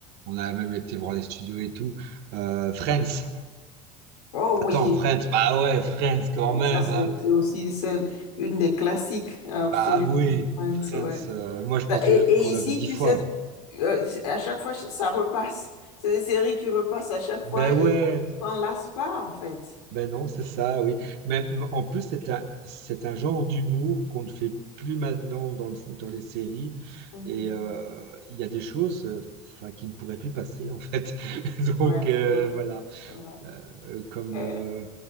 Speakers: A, on the right; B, on the left.
A: On a même été voir les studios et tout. Euh, Friends.
B: Oh
A: Attends,
B: oui,
A: Friends. Bah ouais, Friends quand même.
B: ça c'est
A: hein.
B: c'est aussi celle, une des classiques, absolument.
A: Bah oui,
B: Friends,
A: Friends.
B: ouais.
A: euh, moi, je pense
B: Et,
A: que
B: et
A: qu'on
B: ici,
A: l'a vu dix
B: tu
A: fois.
B: sais, euh, à chaque fois, ça repasse. C'est des séries qui repassent à chaque
A: Ben
B: fois
A: ouais.
B: et on ne s'en lasse pas, en fait.
A: Ben non, c'est ça, oui. Mais m- en plus, c'est un, c'est un genre d'humour qu'on ne fait plus maintenant dans, le- dans les séries.
B: Mhm.
A: Et euh, il y a des choses euh, enfin, qui ne pourraient plus passer, en fait. <laughs> Donc,
B: Ouais,
A: euh,
B: c'est vrai,
A: voilà.
B: c'est vrai.
A: Euh, comme.
B: Euh,
A: euh,